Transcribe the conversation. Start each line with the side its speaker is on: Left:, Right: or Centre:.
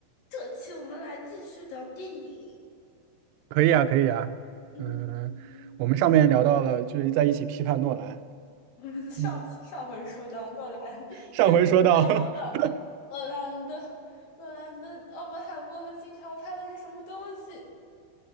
Left: 这期我们来继续聊电影。
Right: 可以啊，可以啊。
Left: 嗯，
Right: 嗯，我们上面聊到了，就是在一起批判诺兰。
Left: 我们上次上回说到诺兰
Right: 嗯，上回说到
Left: 真的飘了，
Right: <laughs>
Left: 诺兰的诺兰的《奥本海默》和《星条》拍的是什么东西？